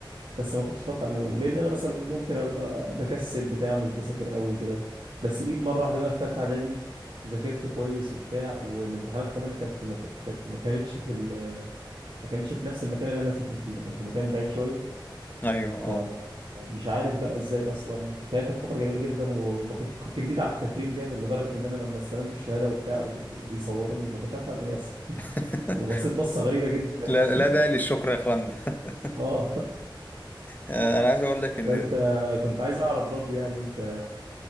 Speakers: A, on the right; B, on the left.
A: بس ما كنتش بطلع الاول لان انا مثلا ممكن ابقى بكسل بتاع مش بذاكر قوي كده بس جيت مره واحده بقى في ثالثه اعدادي ذاكرت كويس وبتاع والامتحانات كمان كانت في مك... كانت ما كانتش في ال... ما كانتش في نفس المكان اللي انا ساكن فيه كان في مكان بعيد شويه
B: ايوه اه
A: فمش عارف بقى ازاي اصلا فهي كانت فتره جميله جدا وكنت كنت جديد على التكريم جامد لدرجه ان انا لما استلمت الشهاده وبتاع وبيصوروني ما كنتش عارف اعمل ايه اصلا <laughs>
B: <laughs>
A: وبصيت بصه غريبه جدا
B: لا لا
A: <laughs>
B: داعي للشكر يا اخوانا <laughs>
A: اه
B: انا عايز اقول لك ان
A: فانت كنت عايز اعرف برضه يعني انت